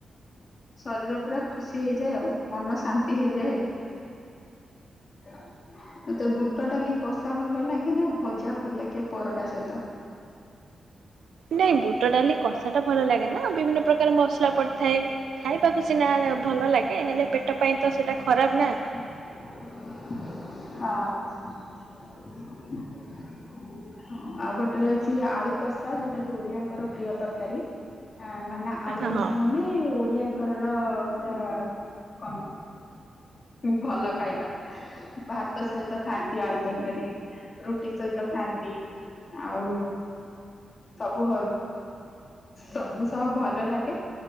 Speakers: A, on the left (about 40°); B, on the right (about 80°).
A: ଶରୀର ପୁରା ଖୁସି ହେଇଯାଏ ଆଉ ମନ ଶାନ୍ତି ହେଇଯାଏ। <inaudible> ତତେ ବୁଟ ଡାଲି କଷା ଭଲ ଲାଗେ ନା ଭଜା ଭଲ ଲାଗେ ପରଟା ସହିତ
B: ନାଇଁ ବୁଟ ଡାଲି କଷା ଟା ଭଲ ଲାଗେ ନା ବିଭିନ୍ନ ପ୍ରକାର ମସଲା ପଡିଥାଏ ଖାଇବାକୁ ସିନା ଭଲ ଲାଗେ ହେଲେ ପେ ଟ ପାଇଁ ତ ସେଇଟା ଖରାପ ନା।
A: ହଁ। ଆଉ ଗୋଟେରେ ଅଛି ଆଳୁ କଷା ଯୋଉଟା କି ଓଡିଆଙ୍କର ପ୍ରିୟ ତରକାରୀ। ଆଁ ମାନେ ଆଳୁକଷା
B: ହଁ
A: ମାନେ ଓଡିଆ ଘରର ପୁରା କଣ ଭଲ ଖାଇବା। ଭାତ ସହିତ ଖାଆନ୍ତି ଆଳୁ ତରକାରୀ ରୁଟି ସହିତ ଖାଆନ୍ତି ଆଉ ସବୁ ହ ସବୁ ସହ ଭଲ ଲାଗେ